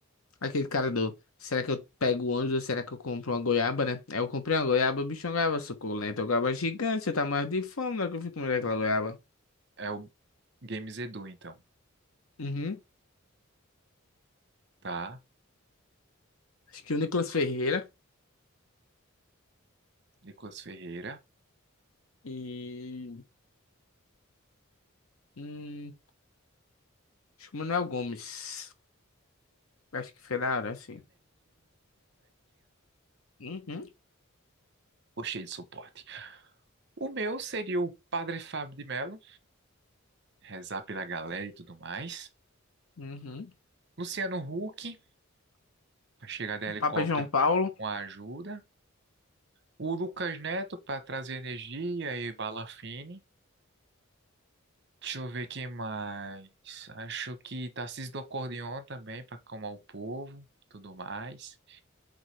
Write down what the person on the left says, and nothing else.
aquele cara do. Será que eu pego o ônibus ou será que eu compro uma goiaba, né? Aí Eu comprei uma goiaba, o bicho, é uma goiaba suculenta, uma goiaba gigante, eu tava morrendo de fome na hora que eu fui comer aquela goiaba.
Uhum.
Acho que o Nicolas Ferreira
e. Hum, acho que o Manuel Gomes. Acho que foi da hora, assim. Uhum,
uhum.
O Papa João Paulo.